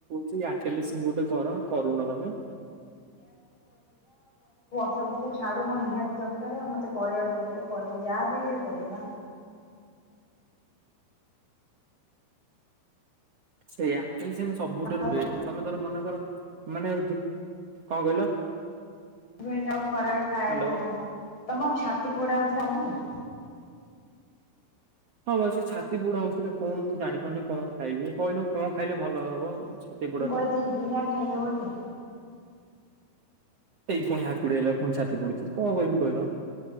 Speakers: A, on the right (about 75°); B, on the left (about 25°).
A: ସେଇ ଆଠେଲି ସିମ ଗୋଟେ କର, କରୁନ ତମେ।
B: ସମସ୍ତେ ଛାଡ଼ୁମ ନିହାତି ଦରକାର ଆଉ ମୋତେ କରେଇବାକୁ ପଡ଼ିବ କରିବି ଯାହା ବି ହେଇଯାଉ କରିବି ବା।
A: ସେଇ ୟାରଟେଲ୍ ସେମିତି ସବୁଠାରୁ
B: ଆଉ
A: ବେଷ୍ଟ ତମେ ଧର ମନେକର ମାନେ ଅଉଚି କଁ କହିଲ?
B: ସେଥିପାଇଁ ଯାହଉ ଖରାବେଳେ ଖାଇଆକୁ
A: ହ୍ୟାଲୋ।
B: ତମ ଛାତି ପୋଡା ହଉଥିଲା ଅମଲ।
A: ହଁ ଭାଇ ସେ ଛାତି ପୁଡା ହଉଥିଲେ କଣ ମୁଁ ଜାଣିପାରୁନି କଣ ଖାଇବି କହିଲ କଣ ଖାଇଲେ ଭଲ ହବ? ଛାତି ପୋଡା
B: ମୁଁ କହିଥିଲି
A: ଟା
B: ଜିରା ଖାଇଦବ ଟି।
A: ଏଇ ଫୁଣି ହାକୁଡି ହେଲା ଫୁଣି ଛାତି ପୁଡୁଛି କଣ କହିବି କହିଲ?